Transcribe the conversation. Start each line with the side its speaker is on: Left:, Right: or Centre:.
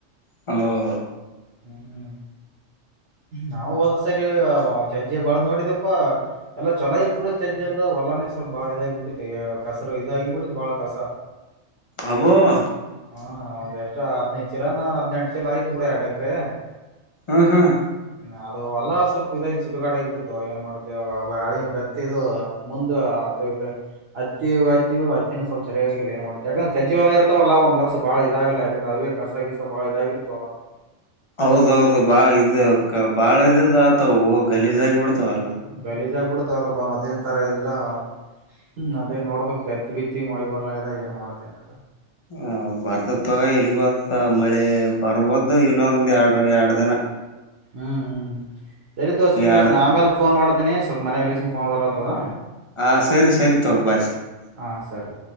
Left: ಹ
Right: ಹುಂ ನಾವು ಹೋದ್ ಸರಿ ಚಜ್ಜೆ ಬೆಳದ್ ನೋಡಿದಪ್ಪಾ ಎಲ್ಲ ಚಲೋಐತ್ ಬಿಡ ಚಜ್ಜಿ ಎಲ್ಲ ಹೊಲನೆಸೆಲಾ ಬಾಳ ಇದಾಗಿ ಬಿಟ್ಟಿತಿ ಕಸರ ಇದಾಗಿ ಬ ಬಿಟ್ಟಿತ್ ಬಾಳ ಕಸ
Left: ಅಬ್ಬಬ್ಬಾ
Right: ಹ್ಮ ಒಂದ್ ಎಷ್ಟ್ ಹದಿನೈದು ಚೀಲನ ಹದಿನೆಂಟು ಚೀಲ ಆಯ್ತು ಬಿಡ ಅ ಎಡ ಎಕ್ರೆ
Left: ಹಾ ಹಾ
Right: ಹ ಅದು ಹೊಲ್ಲ ಸ್ವಲ್ಪ ಇದಾಗಿ ಸುಡಗಾಡ ಆಗಿ ಬಿಡತು ಏನ್ ಮಾಡುತ್ತೇಳಿ ಬೆತ್ತ ಇದು ಮುಂದ ಅತ ಇದೆ ಹತ್ತಿ ಅತ್ತಿ ಹತ್ತಿನ ಸ್ವಲ್ಪ ಸರಿಯಾಗಿಲ್ಲ ಏನ್ ಮಾಡತೆ ಯಾಕಂದ್ರೆ ಚಜಿ ಹೋಲಾ ಇರ್ತವಲ್ಲ ಒಂದ್ ವರ್ಷ ಬಾಳ ಇದಾಗಲ್ಲ ಯಾಕಂದ್ರೆ ಅವೇ ಕಸ ಗಿಸಾ ಬಾಳ ಇದಾಗಿರ್ತವ ಅಲ್ಲಾ ಅದು
Left: ಹೌದೌದು ಬಾಳ ಇದು ಬಾಳ ಇದುದ ಆಗಿಬಿಡತಾವ ಗಲೀಜ್ ಆಗಿ ಬಿಡ್ತಾವ ಎಲ್ಲಾ
Right: ಗಲೀಜಾಗ ಬಿಡ್ತಾವಲಪ್ಪ ಮದ್ನ್ ತರಾ ಎಲ್ಲಾ ಹ್ಮ ಅದೇ ನೋಡ್ಬೇಕು ಎತ್ತಿ ಬಿತ್ತಿ ಮಳಿ ಬರ್ಲದ ಏನ್ ಮಾಡ್ತೇನ್
Left: ಹ ಬರ್ತದ ತಗೋ ಎಲ್ಲಿಗ ಹೋಗ್ತದ ಮಳಿ ಬರ್ಬೋದು ಇನ್ನೊಂದ ಎರಡ ಎರಡ ದಿನಾ
Right: ಹ್ಮ್ ಸರಿ ತೋ ಶ್ರೀನಿವಾಸ
Left: ಎರಡ್
Right: ನಾ ಆಮೇಲ್ ಫೋನ್ ಮಾಡ್ತಿನಿ ಸ್ವಲ್ಪ ಮನೇಲ್ಲಿ ಫೋನ್ ಬರ್ಲತ್ತದ
Left: ಹಾ ಸರಿ ಸರಿ ತಗೋ ಭಾಷಾ
Right: ಹಾ ಸರಿ.